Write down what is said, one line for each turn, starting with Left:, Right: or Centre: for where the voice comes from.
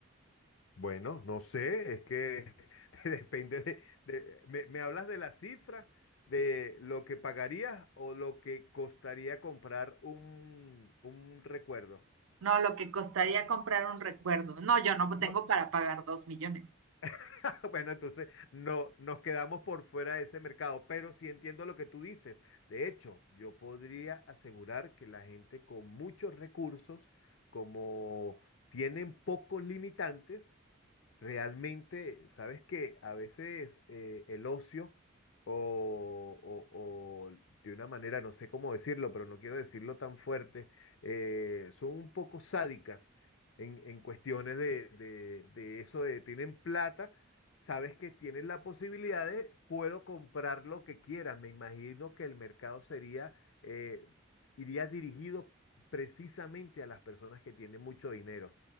Left: Bueno, no sé, es que <laughs> depende de, de- me, me hablas de la cifra, de lo que pagarías o lo que costaría comprar un, un recuerdo.
Right: No, lo que costaría comprar un recuerdo. No, yo no
Left: No,
Right: tengo para pagar dos millones.
Left: <laughs> Bueno, entonces no nos quedamos por fuera de ese mercado, pero sí entiendo lo que tú dices. De hecho, yo podría asegurar que la gente con muchos recursos, como tienen pocos limitantes, Realmente, sabes que a veces eh, el ocio o, o- o de una manera, no sé cómo decirlo, pero no quiero decirlo tan fuerte, eh, son un poco sádicas en, en cuestiones de, de- de eso de tienen plata, sabes que tienen la posibilidad de puedo comprar lo que quiera. Me imagino que el mercado sería, eh, iría dirigido precisamente a las personas que tienen mucho dinero